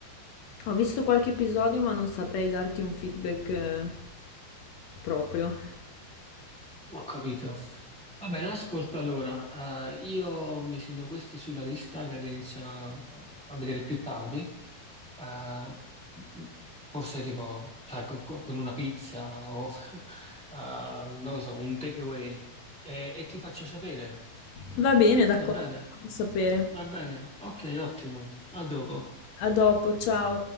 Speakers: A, on the left; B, in the centre.
A: Ho visto qualche episodio, ma non saprei darti un feedback eh, proprio.
B: Ho capito. Va bene, ascolta allora, eh, io mi segno queste sulla lista che le inizio a, a vedere più tardi, eh, m- forse arrivo, sai, co- co- con una pizza o, <laughs> eh, non lo so, un takeaway e, e ti faccio sapere,
A: Va bene, d'accordo,
B: va bene?
A: fammi sapere.
B: Va bene, ok, ottimo, a dopo.
A: A dopo, ciao.